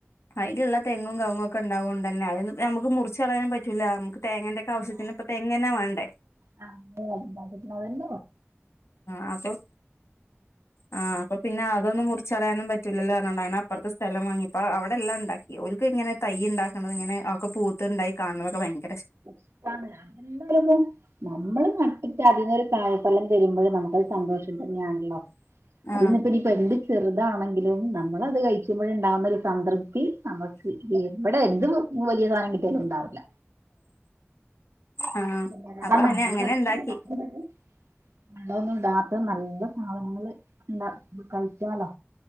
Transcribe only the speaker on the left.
അയിലുള്ള തെങ്ങും കവങ്ങും ഒക്കെ ഉണ്ടാവുകോണ്ട്ന്നെ അത് നമുക്ക് മുറിച്ച് കളയാനും പറ്റൂല്ല നമുക്ക് തേങ്ങന്റെക്കെ അവു ശത്തിന് പ്പ തേങ്ങനെ വേണ്ടേ
ആഅപ്പം ആ അപ്പൊ പിന്നെ അതൊന്നും മുറിച്ചളയാനും പറ്റില്ലല്ലോ പറഞ്ഞണ്ട് അങ്ങന അപ്പുറത്തെ സ്ഥല വാങ്ങിപ്പോ അവിടെ എല്ലാം ഉണ്ടാക്കിഓൽക്ക് ഇങ്ങനെ തൈ ഉണ്ടാക്കണുന്നത് ഇങ്ങനെ ഒക്കെ പൂത്തുണ്ടായി കാണുന്നതക്കെ ഭയങ്ക
ആ
ആഹ്
അപ്പൊ
അവനെ അങ്ങനെ
ഇണ്ടാക്കി